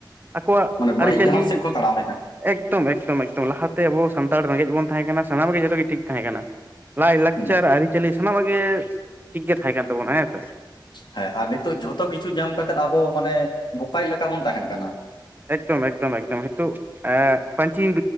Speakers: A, on the right; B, on the left.
A: ᱟᱠᱚᱣᱟᱜ
B: ᱢᱟᱱᱮ
A: ᱟᱹᱨᱤᱪᱟᱹᱞᱤ
B: ᱵᱟᱹᱲᱤᱡ ᱰᱟᱦᱟᱨ ᱥᱮᱫ ᱠᱚ ᱛᱟᱲᱟᱢᱮᱜᱼᱟ
A: ᱮᱠᱫᱚᱢ ᱮᱠᱫᱚᱢ ᱮᱠᱫᱚᱢ ᱞᱟᱦᱟᱛᱮ ᱟᱵᱚ ᱥᱟᱱᱛᱟᱲ ᱨᱮᱸᱜᱮᱡ ᱵᱚᱱ ᱛᱟᱦᱮᱸ ᱠᱟᱱᱟ ᱥᱟᱱᱟᱢ ᱜᱮ ᱡᱚᱛᱚ ᱜᱮ ᱴᱷᱤᱠ ᱛᱟᱦᱮᱸ ᱠᱟᱱᱟ ᱞᱟᱭ ᱞᱟᱠᱪᱟᱨ
B: ᱦᱩᱸ
A: ᱟᱹᱨᱤᱪᱟᱹᱞᱤ ᱥᱟᱱᱟᱢᱟᱜ ᱜᱮ ᱴᱷᱤᱠ ᱜᱮ ᱛᱟᱦᱮᱸ ᱠᱟᱱ ᱛᱟᱵᱚᱱᱟ ᱦᱮᱸᱥᱮ
B: ᱦᱮᱸ ᱟᱨ ᱱᱤᱛᱚᱜ ᱡᱷᱚᱛᱚ ᱠᱤᱪᱷᱩ ᱧᱟᱢ ᱠᱟᱛᱮᱜ ᱟᱵᱚ ᱢᱟᱱᱮ ᱵᱚᱠᱟᱭᱤ ᱞᱮᱠᱟ ᱵᱚᱱ ᱛᱟᱦᱮᱱ ᱠᱟᱱᱟ
A: ᱮᱠᱫᱚᱢ ᱮᱠᱫᱚᱢ ᱮᱠᱫᱚᱢ ᱱᱤᱛᱳ ᱯᱟᱹᱧᱪᱤ